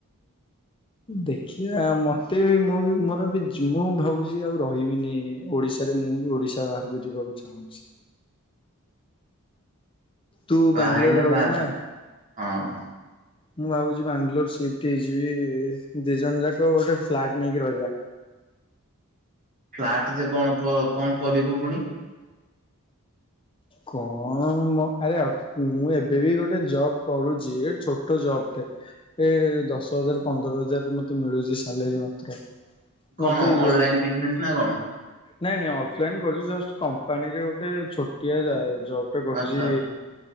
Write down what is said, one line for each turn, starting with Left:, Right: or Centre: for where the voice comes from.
Left: ଦେଖିବା ମତେ ମୁଁ ବି ମୋର ବି ମୁଁ ଭାବୁଛି ଆଉ ରହି ବିନି ଓଡିଶାରେ ମୁଁ ବି ଓଡିଶା ବାହାରକୁ ଯିବାକୁ ଚାହୁଁଛି। ତୁ
Right: ବାହା
Left: ବ୍ୟାଙ୍ଗଲୋରରେ
Right: ହେଇଯା
Left: ରହୁଛୁ
Right: ବାହା
Left: ନା!
Right: ହଁ
Left: ମୁଁ ଭାବୁଛି ବ୍ୟାଙ୍ଗଲୋର ସିଫ୍ଟ ହେଇଯିବି ଦି ଜଣ ଯାକ ଗୋଟେ ଫ୍ଲାଟ ନେଇକି ରହିବା।
Right: ହାଟେ ଯେ କଣ କଣ କରିବୁ ପୁଣି?
Left: କଣ ମ ଆରେ ଅ ମୁଁ ଏବେ ବି ଗୋଟେ ଜବ କରୁଛି ହେ ଛୋଟ ଜବ। ଏ ଦଶ ହଜାର ପନ୍ଦର ହଜାରରେ ମତେ ମିଳୁଛି ସାଲେରି ମାତ୍ର।
Right: କଣ
Left: ମତେ ଇଏ
Right: ଅନଲାଇନ
Left: ହଉନି
Right: ବିଜନେସ୍ ନା କଣ?
Left: ନାଇଁ ନାଇଁ ଅଫଲାଇନ୍ କରୁ ଛି ଜଷ୍ଟ କମ୍ପାନୀରେ ଗୋଟେ ଛୋଟିଆ ଆ ଜବ୍ ଟେ କରୁଛି
Right: ଆଚ୍ଛା ଆଚ୍ଛା